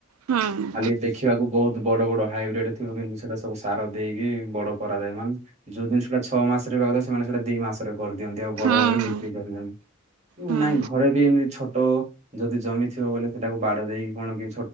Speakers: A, on the right (about 80°); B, on the right (about 35°).
A: ହୁଁ।
B: ଖାଲି ଦେଖିବାକୁ ବହୁତ ବଡ ବଡ ହାଇବ୍ରିଡ ଥିବ କିନ୍ତୁ ସେଇଟା ସବୁ ସାର ଦେଇକି ବଡ କରାଯାଏ ମାନେ ଯୋଉ ଜିନିଷ ଟା ଛଅ ମାସ ରେ ସେମାନେ ସେଇଟା ଦି ମାସରେ କରିଦିଅନ୍ତି ଆଉ ବଡ
A: ହୁଁ
B: ହେଇଗଲେ ବିକ୍ରି କରିଦିଅନ୍ତି।
A: ହୁଁ
B: ନାଇଁ ଘରେ ବି ଏମିତି ଛୋଟ ଯଦି ଜମି ଥିବ ବୋଲେ ସେଟାକୁ ବାଡ଼ ଦେଇକି କଣ କି